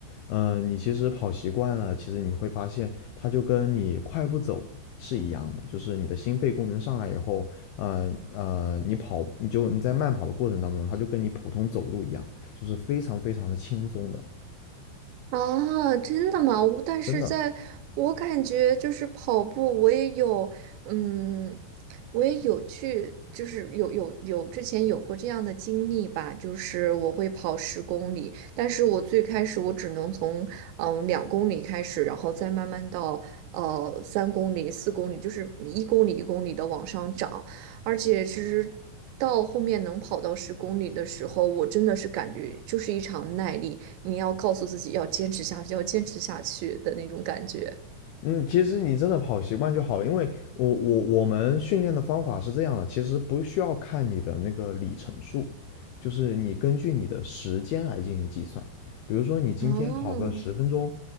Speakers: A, on the left (about 85°); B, on the right (about 80°).
A: 嗯，你其实跑习惯了，其实你会发现，它就跟你快步走是一样的，就是你的心肺功能上来以后，呃呃，你跑你就你在慢跑的过程当中，它就跟你普通走路一样，就是非常非常的轻松的。
B: 啊，真的吗？我但是在我感觉就是跑步，
A: 真的。
B: 我也有，嗯，我也有去，就是有有有之前有过这样的经历吧，就是我会跑十公里，但是我最开始我只能从嗯两公里开始，然后再慢慢到呃三公里、四公里，就是一公里一公里的往上涨，而且其实。到后面能跑到十公里的时候，我真的是感觉就是一场耐力。你要告诉自己要坚持下去，要坚持下去的那种感觉。
A: 嗯，其实你真的跑习惯就好了，因为我我我们训练的方法是这样的，其实不需要看你的那个里程数，就是你根据你的时间来进行计算。比如说你今天跑个十分钟，
B: 哦，